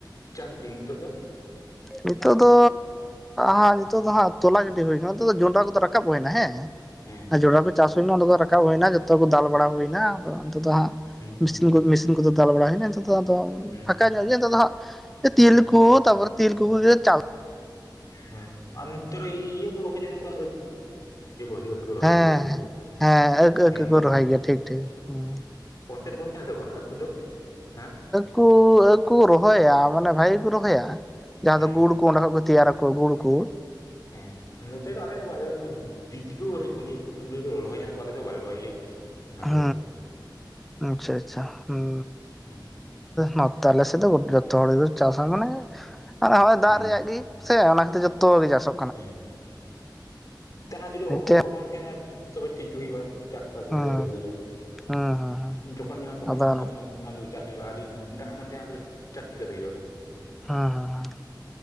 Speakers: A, on the left; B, in the centre.
A: ᱪᱟᱥ <unintelligible> ᱱᱤᱛᱚᱜ ᱫᱚ
B: ᱱᱤᱛᱚᱜ ᱫᱚ ᱦᱟᱸᱜ ᱱᱤᱛᱚᱜ ᱫᱚ ᱦᱟᱸᱜ, ᱛᱚᱞᱟ ᱜᱤᱰᱤᱸ ᱦᱩᱭ ᱠᱟᱱᱟ᱾ ᱱᱤᱛᱚᱜ ᱫᱚ ᱡᱚᱱᱽᱰᱨᱟ ᱠᱚᱼᱫᱚ ᱨᱟᱠᱟᱵ ᱦᱩᱭᱱᱟ ᱦᱮᱸ᱾
A: ᱦᱮᱸ
B: ᱡᱚᱰᱽᱨᱟ ᱠᱚ ᱪᱟᱥ ᱦᱩᱭᱱᱟ᱾ ᱚᱱᱟ ᱫᱚ ᱨᱟᱠᱟᱵ ᱦᱩᱭᱱᱟ᱾ ᱡᱚᱛᱚ ᱠᱚ ᱫᱟᱞ ᱵᱟᱲᱟ ᱦᱩᱭᱱᱟ᱾ ᱱᱤᱛᱚᱜ ᱫᱚ ᱦᱟᱸᱜ
A: ᱦᱮᱸ
B: ᱢᱤᱥᱤᱱ ᱠᱚ ᱢᱤᱥᱤᱱ ᱠᱚᱛᱮ ᱫᱟᱞ ᱵᱲᱟ ᱦᱩᱭᱱᱟ᱾
A: ᱦᱮᱸ
B: ᱯᱷᱟᱸᱠᱟ ᱧᱚᱜ ᱞᱮᱜᱮ ᱞᱟᱹᱭ ᱫᱟᱞᱮ ᱱᱟᱦᱜ ᱛᱤᱞᱠᱩ
A: ᱦᱮᱸ
B: ᱛᱟᱯᱚᱨ ᱛᱤᱞᱠᱩ ᱪᱟᱣ
A: ᱦᱮᱸ ᱟᱨ ᱤᱭᱟᱹ ᱠᱚ ᱨᱚᱦᱚᱭ ᱞᱮᱫᱟ ᱠᱚ ᱟᱹᱠ ᱠᱚ ᱨᱚᱦᱚᱭ
B: ᱦᱮᱸ
A: ᱡᱚᱱᱚᱜ
B: ᱾ ᱦᱮᱸ ᱟᱹᱠ ᱟᱹᱠ,
A: ᱦᱮᱸ
B: ᱠᱚ ᱨᱚᱦᱚᱭ ᱜᱮᱭᱟ᱾ ᱴᱷᱤᱠ, ᱴᱷᱤᱠ ᱦᱮᱸ
A: ᱚᱱᱛᱮ ᱨᱮᱠᱚ ᱛᱟᱦᱮᱸ ᱥᱮ ᱵᱟᱝ ᱩᱱᱠᱩ ᱫᱚ ᱦᱮᱸ?
B: ᱠᱚ ᱟᱹᱠ ᱠᱚ ᱨᱚᱦᱚᱭᱼᱟ᱾ ᱢᱟᱱᱮ ᱵᱷᱟᱜᱤ ᱜᱮᱠᱚ ᱨᱚᱦᱚᱭᱼᱟ᱾ ᱡᱟᱦᱟᱸ
A: ᱦᱮᱸ
B: ᱫᱚ ᱜᱩᱲ ᱠᱚ ᱚᱱᱟ ᱠᱷᱚᱡ ᱜᱮ ᱛᱮᱭᱟᱨ ᱟᱠᱚ ᱜᱩᱲ ᱠᱩ
A: ᱦᱮᱸ ᱱᱚᱛᱮ ᱫᱚ ᱟᱞᱮ ᱫᱚ ᱵᱟᱞᱮ ᱩᱱᱠᱩ ᱫᱤᱠᱩ ᱠᱳᱜᱮ᱾ ᱜᱷᱩᱨᱤ ᱨᱚᱦᱚᱭ ᱡᱮᱱᱚ ᱟᱞᱮ ᱫᱚᱸ ᱵᱟᱞᱮ ᱨᱚᱦᱚᱭ ᱜᱮᱭᱟ᱾ ᱚᱱᱟ
B: ᱦᱮᱸ
A: ᱠᱚᱫᱚ᱾
B: ᱦᱮᱸ ᱟᱪᱷᱟ ᱟᱪᱷᱟ ᱦᱩᱸ
A: ᱦᱮᱸ
B: ᱱᱚᱛᱮ ᱟᱞᱮ ᱥᱮᱫ ᱫᱚ ᱡᱚᱛᱚ ᱦᱚᱲ ᱜᱮ ᱪᱟᱥᱟ ᱾ ᱢᱟᱱᱮ ᱦᱚᱜᱳᱸᱭ
A: ᱦᱮᱸ
B: ᱫᱟᱜ ᱨᱮᱭᱟ-ᱜ ᱜᱮ᱾ ᱥᱮ ᱚᱱᱟ ᱠᱷᱟᱹᱛᱤᱨ ᱡᱚᱛᱚ ᱜᱮ ᱪᱟᱥᱚ
A: ᱦᱮᱸ ᱫᱟᱜ ᱡᱤᱫᱤ
B: ᱢᱤᱫᱴᱮᱡ
A: ᱚᱵᱽᱟᱵ ᱵᱟᱝ ᱛᱟᱦᱮᱱᱟ᱾ ᱛᱚᱵᱮ ᱴᱷᱤᱠ ᱜᱮ ᱦᱩᱭᱩᱜᱼᱟᱼᱼ ᱪᱟᱥᱵᱟᱥ
B: ᱦᱩᱸ
A: ᱵᱷᱟᱜᱮ ᱵᱷᱟᱟᱜᱮ ᱦᱩᱭᱩᱜᱼᱟ᱾
B: ᱦᱩᱸ ᱦᱩᱸ ᱦᱩᱸ
A: ᱡᱚᱠᱷᱚᱱ ᱢᱮᱱᱟ ᱛᱚᱠᱷᱚᱱ
B: ᱟᱫᱚ ᱦᱩᱸ
A: ᱡᱟᱦᱟᱸ ᱢᱮᱱᱟᱼᱼ ᱚᱱᱟ ᱫᱚ ᱪᱟᱥ ᱦᱩᱭᱩᱜᱼᱟ ᱾ ᱟᱹᱰᱤ ᱫᱟᱜ ᱵᱟᱝ ᱛᱟᱦᱮᱸᱱᱟ ᱛᱟᱦᱮᱞᱮ ᱪᱟᱥ ᱪᱮᱠᱟᱹᱛᱮ ᱦᱩᱭᱩᱜᱭᱼᱟ?
B: ᱦᱮᱸ ᱦᱮᱸᱸ